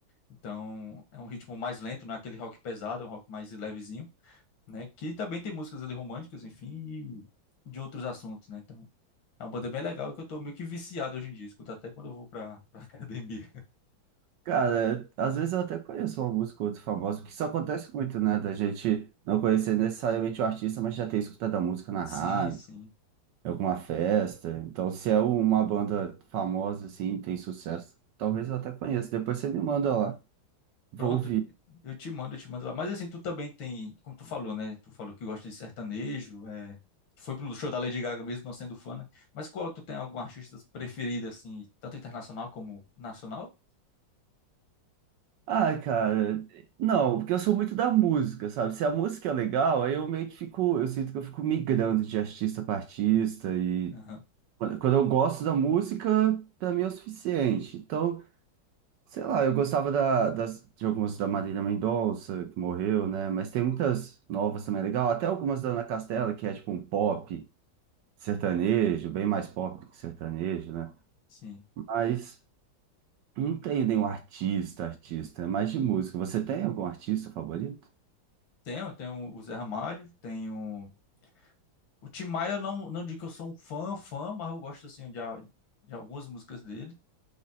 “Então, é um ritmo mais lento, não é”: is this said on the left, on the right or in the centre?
Left